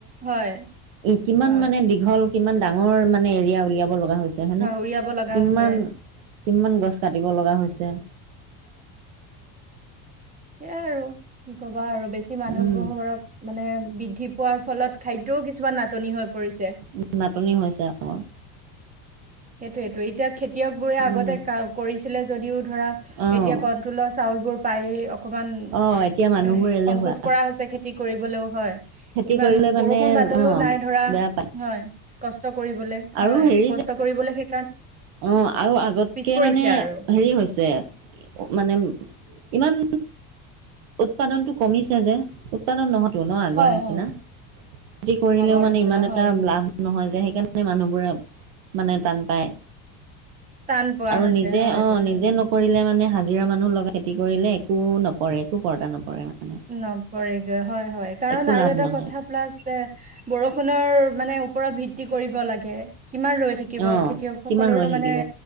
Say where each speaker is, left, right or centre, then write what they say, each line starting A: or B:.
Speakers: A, on the right (about 20°); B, on the right (about 85°).
A: হয়
B: এ কিমান
A: হয়।
B: মানে দীঘল, কিমান ডাঙৰ মানে এৰিয়া উলিয়া ব লগা হৈছে, হয় নে?
A: উৰিয়াব লগা
B: কিমান
A: হৈছে
B: কিমান গছ কাটিব লগা হৈছে।
A: সেইয়াই আৰু। কি কবা আৰু। বেছি মানুহবোৰো
B: উম,
A: মানে বি পোৱাৰ ফলত খাদ্যও কিছুমান নাটনি হৈ পৰিছে
B: উম, নাটনি হৈছে অ। <inaudible>
A: সেইটোৱেটো। এতিয়া খেতিয়কবোৰে আগতে
B: উম,
A: ক- কৰিছিলে, যদিও ধৰা
B: অ',
A: এতিয়া কন্ট্ৰলৰ চাউলবোৰ পায়ে অকমান
B: অ', এতিয়া মানুহবোৰ
A: এ-
B: এলেহুৱা
A: সংকোচ কৰা হৈছে খেতি কৰিবলৈও, হয়।
B: খেতি
A: ইমান
B: কৰিলে মানে
A: বৰষুণ বা বাদলো
B: অ',
A: নাই ধৰা।
B: বেয়া পায়
A: হয়। কষ্ট কৰিবলে। হয়।
B: আৰু হেৰি
A: কষ্ট
B: যে
A: কৰিবলে সে
B: অ' আৰু আগতকে
A: পৰিছে
B: মানে
A: আৰু
B: হেৰি হৈছে মানে ইমান উৎপাদনটো কমিছে যে। উৎপাদন নহ তো ন' আগৰ
A: হয়
B: নিচিনা,
A: হয়
B: খেতি কৰিলেও
A: আগৰ
B: মানে
A: নিচিনা
B: ইমান এটা
A: হয় হয়
B: লাভ নহয় যে, সেইকাৰণে মানুহবোৰে মানে টান পায়।
A: টান পোৱা
B: আৰু
A: হৈছে
B: নিজে-
A: হয়
B: অ'
A: কথাটো
B: নিজে নকৰিলে মানে হা জিৰা মানুহ লগাই খেতি কৰিলে, একো নপৰে, একো কৰ্তা নপৰে। মানে
A: নপৰে গে, হয় - হয়। কাৰণ
B: একো
A: আৰু
B: লাভ
A: এটা
B: নহয়
A: কথা প্লাছ এ বৰষুণৰ মানে ওপৰত ভিক্তি কৰিব লাগে। কিমান ৰৈ থাকিব?
B: অ
A: খেতিয়কসকলৰো
B: কিমান ৰৈ থাকিব
A: মানে